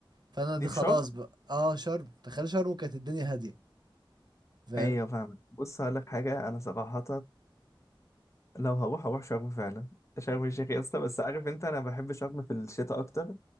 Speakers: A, on the right; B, on the left.
A: فانا
B: دي
A: دي خلاص
B: في شرم
A: بقى اه شرم تخيل شرم كانت الدنيا هادية فاهم
B: ايوه فاهمك بص هقول لك حاجه انا صراحه لو هروح هروح شرم فعلا شرم الشيخ يا اسطى بس عارف انت انا بحب شرم في الشتاء اكتر